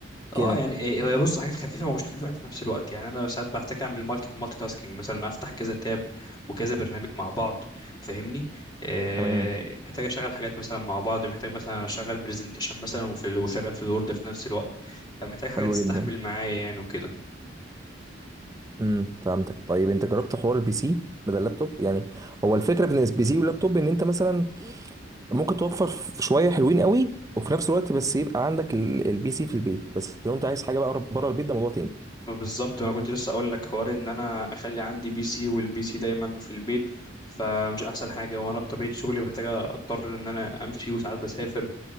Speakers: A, on the right; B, on the left.
A: كده
B: اه يعني إيه، هي بص حاجات خفيفه ومش خفيفه في نفس الوقت يعني انا ساعات بحتاج اعمل مالتي مالتي تاسكينج مثلا افتح كذا تاب وكذا برنامج مع بعض فاهمني آه
A: تمام
B: محتاج اشغل حاجات مثلا مع بعض محتاج مثلا اشغل برزنتيشن مثلا وفي ال- وشغال في الوورد في نفس الوقت فمحتاج حاجه
A: حلو
B: تستحمل
A: جدا
B: معايا يعني وكده
A: امم فهمتك طيب انت جربت حوار البي سي بدل اللابتوب يعني هو الفكره بين البي سي واللابتوب ان انت مثلا ممكن توفر ف- شويه حلوين قوي وفي نفس الوقت بس يبقى عندك ال- البي سي في البيت بس لو انت عايز حاجه بقى بره البيت ده موضوع تاني
B: بالظبط انا كنت لسه اقول لك حوار ان انا اخلي عندي بي سي والبي سي دايما في البيت فمش احسن حاجه وانا بطبيعه شغلي محتاج اضطر ان انا امشي وساعات بسافر